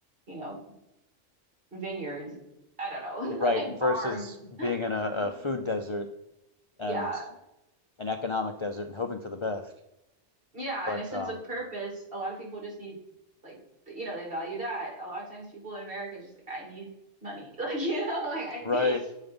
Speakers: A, on the right; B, on the left.
A: you know, vineyards. I don't know,
B: Right.
A: <laughs> like
B: Versus
A: farms.
B: being in
A: <laughs>
B: a, a food desert and
A: Yeah.
B: an economic desert and hoping for the best.
A: Yeah,
B: But
A: and a sense
B: um
A: of purpose. A lot of people just need like th- you know, they value that. A lot of times people in America is just like I need money. <laughs> Like you know, like I
B: right.